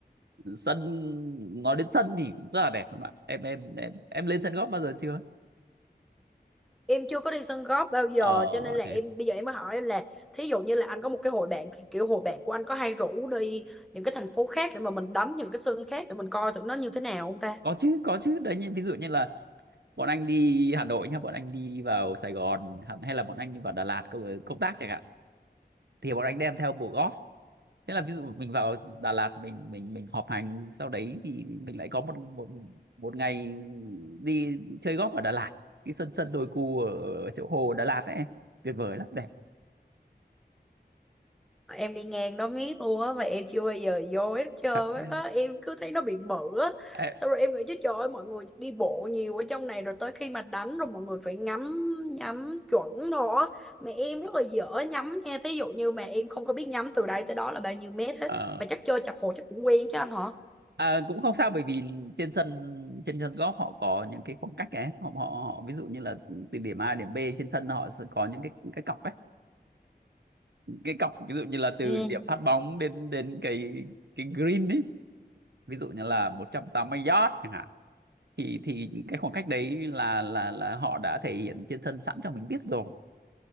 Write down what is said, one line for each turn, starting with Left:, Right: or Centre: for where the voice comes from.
Right: sân nói đến sân thì cũng rất là đẹp mà em em em em lên sân góp bao giờ chưa
Centre: em chưa có đi sân golf bao giờ
Right: ờ
Centre: cho nên là
Right: này.
Centre: em bây giờ em mới hỏi anh là thí dụ như là anh có một cái hội bạn kiểu hội bạn của anh có hay rủ đi những cái thành phố khác để mà mình đánh những cái sân khác để mình coi thử nó như thế nào không ta
Right: có chứ có chứ đấy như ví dụ như là bọn anh đi Hà Nội nhá bọn anh đi vào Sài Gòn hay là bọn anh đi vào Đà Lạt công công tác chẳng hạn thì bọn anh đem theo bộ golf thế là ví dụ mình vào Đà Lạt mình mình mình họp hành sau đấy thì mình lại có một một một ngày đi chơi golf ở Đà Lạt cái sân sân đồi cù ở, ở chỗ hồ Đà Lạt ấy tuyệt vời lắm đẹp
Centre: em đi ngang đó miết luôn á mà em chưa bao giờ vô hết trơn
Right: <laughs>
Centre: á em cứ thấy nó bị bự á
Right: Ê,
Centre: xong rồi em nghĩ chứ trời ơi mọi người đi bộ nhiều ở trong này rồi tới khi mà đánh rồi mọi người phải ngắm nhắm chuẩn rồi á mà em rất là dở nhắm nha thí dụ như mà em không có biết nhắm từ đây tới đó là bao nhiêu mét hết
Right: ờ,
Centre: mà chắc chơi chập hồ chắc cũng quen chứ anh hả
Right: à, cũng không sao bởi vì trên sân trên sân golf họ có những cái khoảng cách ấy họ, họ họ ví dụ như là từ điểm A đến điểm B trên sân họ sẽ có những cái cái cọc ấy cái cọc ví dụ như là từ
Centre: Ừ.
Right: điểm phát bóng đến đến cái cái green ấy ví dụ như là 180 yard chẳng hạn thì thì cái khoảng cách đấy là là là họ đã thể hiện trên sân sẵn cho mình biết rồi